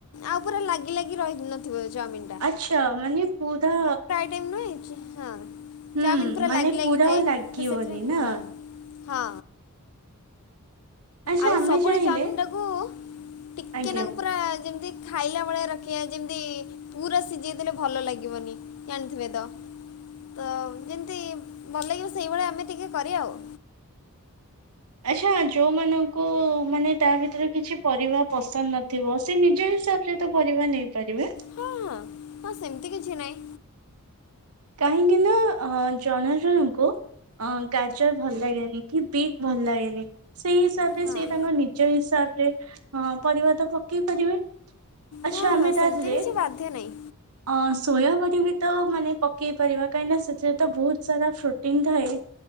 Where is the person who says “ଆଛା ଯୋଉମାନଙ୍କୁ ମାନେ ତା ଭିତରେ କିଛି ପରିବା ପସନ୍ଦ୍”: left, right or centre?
Right